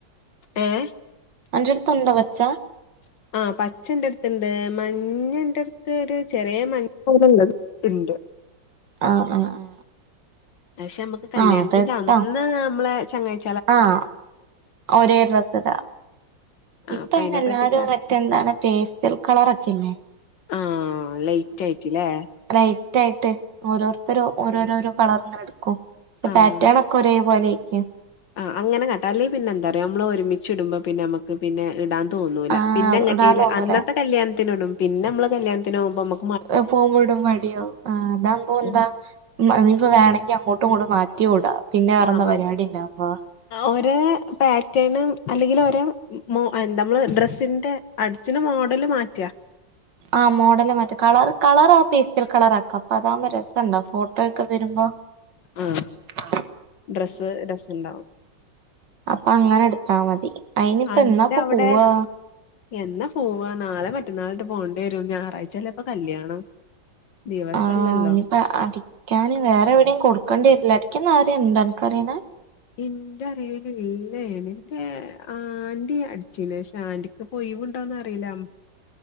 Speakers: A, on the left; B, on the right.
A: ഏഹ്
B: അന്റെട്ത്ത് ഇണ്ടാെ പച്ച
A: ആഹ് പച്ച ഇന്റെട്ത്ത്ണ്ട് മഞ്ഞ ഇന്റെറട്ത്ത് ഒര് ചെറിയ മഞ്ഞ പോലെള്ളത് ഇണ്ട്
B: ആഹ് ആഹ് ആഹ്
A: പക്ഷെ ഇമ്മക്ക് കല്യാൺത്തിന്റെ
B: ആഹ് അതെട്ടോ
A: അന്ന് നമ്മളെ ചെങ്ങായ്
B: ആഹ് ഒരെ ഡ്രസ്സ്ടാ
A: ആഹ്
B: ഇപ്പഐന്
A: അപ്പൊ അതിനെപ്പറ്റി
B: എല്ലാരും
A: ചർച്ച
B: മറ്റെ എന്താണ് പേസ്റ്റൽ കളറൊക്കെല്ലേ
A: ആഹ് ലൈറ്റൈറ്റ് ലെ
B: ലൈറ്റൈട്ട് ഓരോര്ത്തരും ഓരോരോരോ കളറ് ഇങ്ങനെ ഇട്ക്കും പക്ഷെ
A: ആഹ്
B: പാറ്റേണാെ ഒക്കെ ഒരെ പോലെെക്കും
A: ആഹ് അങ്ങനെ കാട്ടാ അല്ലെങ്കി പിന്നെന്താ അറിയാേ അമ്മള് ഒര്മിച്ച് ഇടുമ്പാെ പിന്നെ അമ്മക്ക് പിന്നെ ഇടാൻ തോന്നൂല
B: ആ
A: പിന്നെ എങ്ങട്ടേല
B: ഇടാൻ തോന്നൂല
A: അന്നത്തെ കല്യാൺത്തിന് ഇടും പിന്നെ അമ്മള് കല്യാണത്തിന് പോവുമ്പൊ ഇമ്മക്ക്
B: എപ്പോളും പോകുമ്പൊ, ഇടുമ്പൊ മടിയാവും ആഹ് അതാവുമ്പോ എന്താ
A: ഉം
B: ഇമ്മ ഇനിപ്പാെ വേണെങ്കി അങ്ങോട്ടും ഇങ്ങട്ടും മാറ്റ് റ്റ്യൂടാ പിന്നെ വേറെന്താ
A: ആഹ് മാറ്റി
B: പരിവാടി ഇണ്ടാവുമ്പാെ
A: ഒരേ പാറ്റേണ് അല്ലെങ്കില് ഒരേ മോ അതെന്ത അമ്മള്ഡ്രസ്സിന്റെ അടിച്ച്ണ മോഡല് മാറ്റാ
B: ആഹ് മോഡല് മാറ്റാ കളറ് കളറാ പേസ്റ്റൽ കളറാക്കാ അപ്പൊ അതാവുമ്പാെ രസണ്ടാവും ഫോ ഫുഡ്കഴിക്കാൻ വെരുമ്പൊ
A: ആഹ്
B: ആഹ്
A: ഡ്രസ്സ് രസണ്ടാവും
B: അപ്പൊ അങ്ങനെ എട്ത്താമതി ഐന്പ്പ
A: അന്റെ
B: എന്നാപ്പൊ
A: അവിടെ
B: പോവാ
A: എന്നാ പോവാ നാളെ മറ്റന്നാളായിട്ട് പോണ്ടേരും ഞായറാഴ്ച എല്ലെ ഇപ്പൊ കല്യാണം ദിവസല്ലല്ലോ
B: ആഹ് ഇനിപ്പ അടിക്കാന് വേറെ എവ്ടിം കൊടുക്കണ്ടി വെര്ലെ അടിക്ക്ന്ന ആരേം ഇണ്ടോ അനക്കറിണെ
A: ഇന്ററിവില് ഇല്ലേയ് നിന്റെ ആന്റി അടിച്ചീന് ശാന്റ് ക്ക് ഇപ്പൊയ്വ്ണ്ടോന്നറീല ഉം